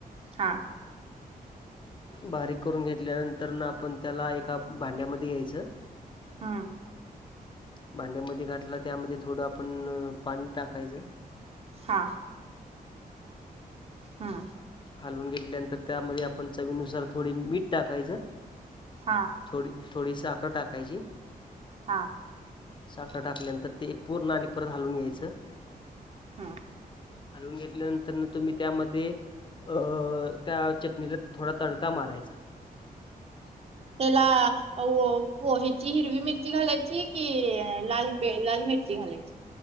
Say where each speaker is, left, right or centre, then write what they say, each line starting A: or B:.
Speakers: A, on the right; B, on the left.
A: हा
B: बारीक करून घेतल्यानंतर न आपण त्याला एका भांड्यामध्ये घ्यायचं
A: हा
B: भांड्यामध्ये घातला त्यामध्ये थोडं आपण पाणी टाकायचं
A: हा हा
B: घालून घेतल्यानंतर त्यामध्ये आपण चवीनुसार थोडी मीठ टाकायचं
A: हा
B: थोडी थोडी साखर टाकायची
A: हा
B: साखर टाकल्यानंतर ते पूर्ण आणि परत हालून घ्यायचं
A: हम्म
B: हालवून घेतल्यानंतर तुम्ही त्यामध्ये अ त्या चटणीला थोडा तडका मारायचा
A: त्याला अव पोहेची हिरवी मिरची घालायची ची कि लाल बेळ लाल मिर्ची घालायची